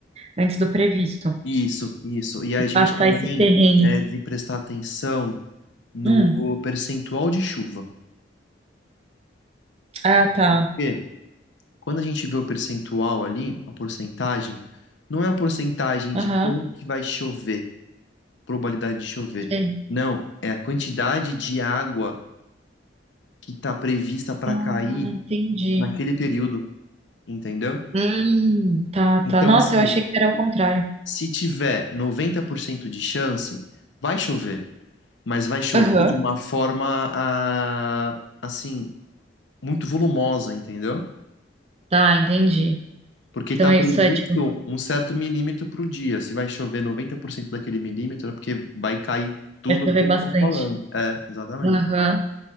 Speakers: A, on the right (about 35°); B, on the left (about 75°).
A: Antes do previsto.
B: Isso, isso. E a
A: E passar
B: gente também
A: esse perrengue.
B: deve prestar atenção no
A: Hum,
B: percentual de chuva.
A: ah, tá.
B: Porque quando a gente vê o percentual ali, a porcentagem, não é a porcentagem de
A: Aham,
B: quanto que vai chover, probabilidade de chover.
A: sei.
B: Não, é a quantidade de água que está prevista para
A: Ah,
B: cair
A: entendi.
B: naquele período, entendeu?
A: Hum, tá, tá.
B: Então,
A: Nossa,
B: assim,
A: eu achei que era o contrário.
B: se tiver 90% de chance, vai chover, mas vai chover
A: Aham.
B: de uma forma, ah, assim muito volumosa, entendeu?
A: Tá, entendi.
B: Porque
A: Então
B: está
A: é
B: previsto
A: isso é, tipo,
B: um certo milímetro pro dia. Se vai chover 90% daquele milímetro, é porque vai cair tudo
A: vai saber
B: o que
A: bastante.
B: eu estou falando. É, exatamente.
A: Aham.